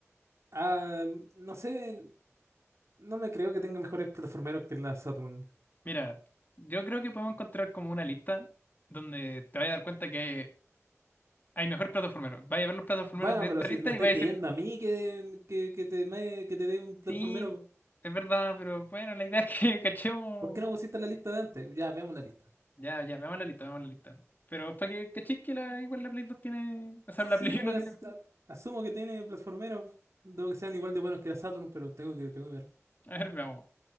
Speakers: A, on the right; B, on the left.
A: ah, no sé, no me creo que tenga mejores plataformeros que la Saturn.
B: Mira, yo creo que podemos encontrar como una lista donde te vayas a dar cuenta que hay mejores plataformeros. Vaya a ver los plataformeros
A: Bueno,
B: de
A: pero
B: esta
A: si
B: lista
A: me estáis
B: y vaya a
A: pidiendo
B: decir,
A: a mí que, que, que te, me- que te dé un plataformero,
B: sí, es verdad, pero bueno, la idea es que <laughs> cachemos
A: ¿por qué no pusiste la lista de antes? Ya, veamos la lista.
B: Ya, ya, veamos la lista, veamos la lista. Pero para que cachis que la, igual la Play 2 tiene. O sea,
A: Sí,
B: la Play
A: voy
B: 1
A: a,
B: tiene.
A: a- asumo que tiene plataformeros, debo que sean igual de buenos que la Saturn, pero tengo que, tengo que ver.
B: A ver, veamos.